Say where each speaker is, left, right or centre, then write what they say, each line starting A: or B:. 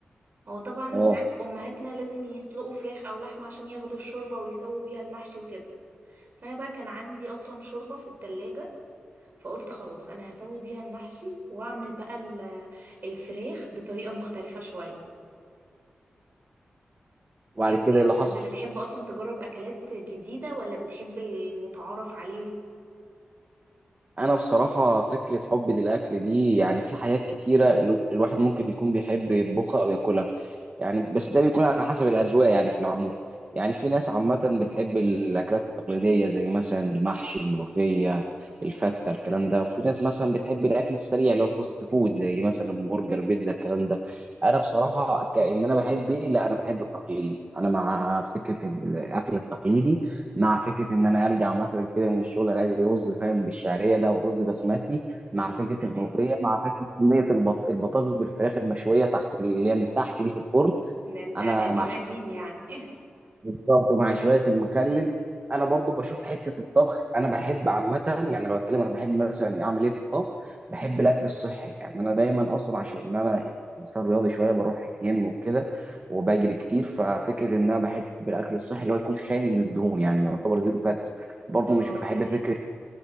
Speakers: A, on the right; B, on the right.
A: هو طبعا
B: اه
A: انت عارف امهاتنا لازم يسلقوا فراخ او لحمه عشان ياخدوا الشوربه ويسووا بيها المحشي وكده فانا بقى كان عندي اصلا شوربه في التلاجة فقلت خلاص انا هسوي بيها المحشي واعمل بقى ال- الفراخ بطريقة مختلفة شوية
B: وبعد
A: ايه رأيك
B: كده إيه اللي حصل
A: انت بتحب اصلا تجرب اكلات جديدة ولا بتحب المتعارف عليه
B: انا بصراحه فكره حبي للاكل دي يعني في حاجات كتيره الو- الواحد ممكن يكون بيحب يطبخها او ياكلها يعني بس ده بيكون على حسب الأذواق يعني في العموم يعني في ناس عامة بتحب الأكلات التقليدية زي مثلا المحشي الملوخية الفتة الكلام ده وفي ناس مثلا بتحب الأكل السريع اللي هو الفاست فود زي مثلا برجر بيتزا الكلام ده أنا بصراحة كأن أنا بحب إيه لا أنا بحب التقليدي أنا مع فكرة الأكل التقليدي مع فكرة إن أنا أرجع مثلا كده من الشغل ألاقي رز فاهم بالشعرية ده ورز بسمتي مع
A: يعني
B: فكرة
A: سلام
B: الملوخية مع صينيه البط... البطاطس بالفراخ المشويه تحت اللي هي من تحت دي في الفرن
A: ده انت
B: انا
A: قديم
B: مع ش...
A: قديم يعني
B: <laughs> بالظبط مع شويه المخلل انا برضو بشوف حته الطبخ انا بحب عامه يعني لو اتكلم انا بحب مثلا اعمل ايه في الطبخ بحب الاكل الصحي يعني انا دايما اصلا عشان انا انسان رياضي شويه بروح الجيم وكده وبجري كتير ففكره ان انا بحب الاكل الصحي اللي هو يكون خالي من الدهون يعني يعتبر زيرو فاتس
A: <laughs>
B: برضو
A: اه
B: مش بحب
A: ده حقيقي
B: فكره